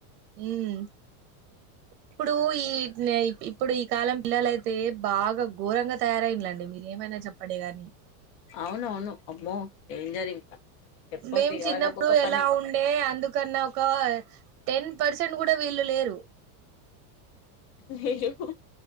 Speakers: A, on the right; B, on the left.
A: ఉమ్ ఇప్పుడు ఈ ఇప్పుడు ఈ కాలం పిల్లలైతే బాగా ఘోరంగా తయారైనలండి మీరు ఏమైనా చెప్పడే గాని
B: అవునవును అమ్మో డేంజర్ ఇంకా చెప్పొద్దు
A: మేము
B: ఇగ
A: చిన్నప్పుడు
B: వాళ్ళకు ఒక
A: ఎలా
B: పని
A: ఉండే అందుకన్నా ఒక టెన్ పర్సెంట్ కూడా వీళ్ళు లేరు
B: లేదు